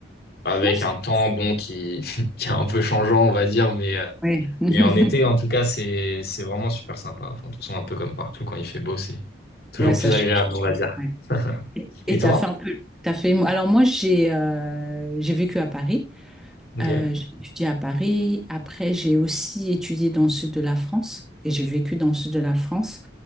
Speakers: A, on the left; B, in the centre.
A: avec
B: Ouais, c'est-
A: un temps bon qui <laughs> qui est un peu changeant, on va dire, mais euh,
B: ouais. <laughs>
A: et en été, en tout cas, c'est c'est vraiment super sympa. Enfin, de toute façon, un peu comme partout, quand il fait beau, c'est toujours
B: Ouais, ça
A: plus
B: change.
A: agréable, on va dire.
B: Ouais.
A: <laughs>
B: Et
A: Et
B: et
A: toi?
B: t'as fait un peu, t'as fait. Alors moi, j'ai euh, j'ai vécu à Paris.
A: Ok,
B: Euh, j'ai étudié à Paris. Après, j'ai aussi étudié dans le sud de la France et j'ai vécu dans le sud de la France.